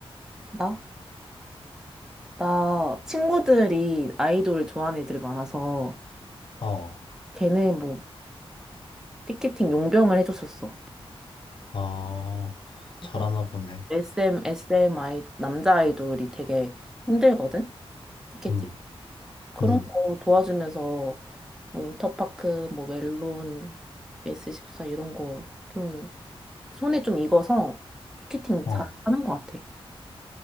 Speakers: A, in the centre; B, on the left.
A: 나? 나 친구들이 아이돌을 좋아하는 애들이 많아서
B: 어.
A: 걔네 뭐 티켓팅 용병을 해줬었어.
B: 아,
A: 그래서
B: 잘하나 보네.
A: SM, SM 아이, 남자 아이돌이 되게 힘들거든? 티켓팅.
B: 음,
A: 그런
B: 음,
A: 거 도와주면서 뭐 인터파크, 뭐 멜론, S14 이런 거 좀 손에 좀 익어서 티켓팅
B: 어.
A: 잘 하는 것 같아.